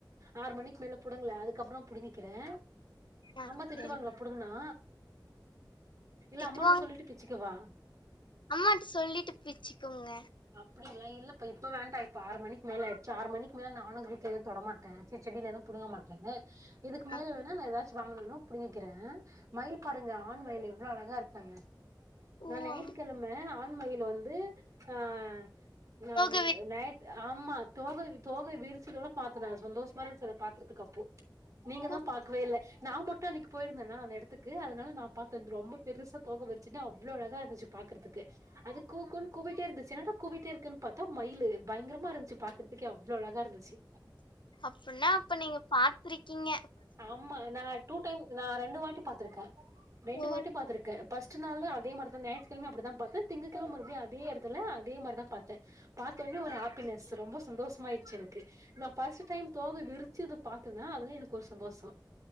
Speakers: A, on the right; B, on the left.
A: ஆறு மணிக்கு மேல புடுங்கள அதுக்கப்பற புடிங்க்கிறே
B: ஆ
A: அம்மா திட்டுவாங்களா
B: சரிங்க
A: புடுங்கனா இல்ல
B: திட்டுவாங்க
A: அம்மாட்ட சொல்லிட்டு பிச்சுக்குவா
B: அம்மாட்ட சொல்லிட்டு பிச்சுக்கோங்க
A: அப்படிங்கள இல்ல இப்ப வேண்டா இப்ப ஆறு மணிக்கு மேல ஆய்டுச்சு ஆறு மிக்கு மேல நானு வீட்ல எது தொடமாட்ட சி செடியில எதவு புடுங்க மாட்டனே இதுக்கு மேல
B: ஆ
A: வேணா நா எதா வாங்கனும்ன புடிங்கிக்கிறேன் மயில் பாருங்க ஆண் மயில் எவ்ளோ அழகாருங்கங்க
B: ஓ
A: நா நேயித்துக்கெழம
B: அம்மா
A: ஆண் மயில் வ வந்து ஆஹ் நான்னு
B: போக
A: நேத் ஆமா தோக வி தோகை விரிச்சதோட பாத்த நா சந்தோஷமா இருஞ்சி அத பாக்றதுக்கு அப்போ நீங்க
B: வரைக்கும்
A: தா பாக்கவேல்ல நா மட்டு அன்னைக்கு போயிருந்தனா அந்த எத்துக்கு அதனால நா பாத்தே ரொம்ப பெருசா தோக விரி சிட்டு அவ்ளோ அழகா இருந்துச்சு பாக்றதுக்கு அது கூ கூ ன்னு குவ்விட்டே இருந்துச்சு என்னடா குவ்விட்டே இருக்குன்னு பாத்தா மயிலு பய்ங்ரமா இருந்துச்சு பாக்றதுக்கே அவ்ளோ அழகா இருந்துச்சு
B: அப்பன்னா அப்ப நீங்க பாத்ரிக்கீங்க
A: ஆமா நா டூ டைம் நா ரெண்டு வாட்டி பாத்ருக்கே ரெண்டு
B: ஓ
A: வாட்டி பாத்ருக்கே பஸ்ட்டு நாளு அதே மாரிதா ஞாயிற்று கெழம அப்டிதா பாத்தே திங்க கெழம மறுபடியு அதே எடத்துல அதே மாரிதா பாத்தே பதொட்னே ஒரு ஹாப்பினஸ் ரொம்ப சந்தோஷ் சந்தோஷமாயிருச் எனக் நா பர்ஸ்ட்டு டைம் தோக விறுச் ச்சுது பாத்தன அதுலே எனக் ஒரு சந்தோஷோ